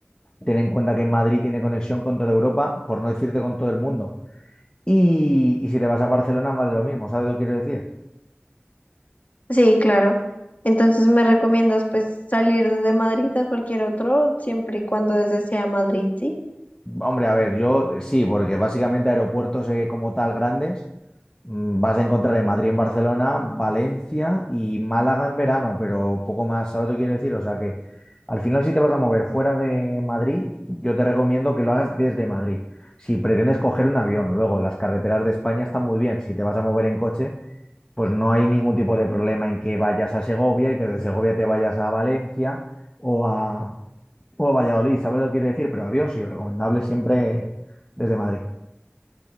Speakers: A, on the left; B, on the left.
A: ten en cuenta que Madrid tiene conexión con toda Europa, por no decirte con todo el mundo. Y, y si te vas a Barcelona, más de lo mismo, ¿sabes lo que quiero decir?
B: sí, claro. Entonces me recomiendas pues salir desde Madrid a cualquier otro, siempre y cuando desde sea Madrid, ¿sí?
A: Hombre, a ver, yo eh, sí, porque básicamente aeropuertos eh, como tal grandes mm, vas a encontrar en Madrid, en Barcelona, Valencia y Málaga en verano, pero poco más, ¿sabes lo que quiero decir? O sea que al final si te vas a mover fuera de Madrid, yo te recomiendo que lo hagas desde Madrid. Si pretendes coger un avión, luego las carreteras de España están muy bien. Si te vas a mover en coche, pues no hay ningún tipo de problema en que vayas a Segovia y desde Segovia te vayas a Valencia o a, o Valladolid, ¿sabes lo que quiero decir? Pero avión sí, recomendable siempre desde Madrid.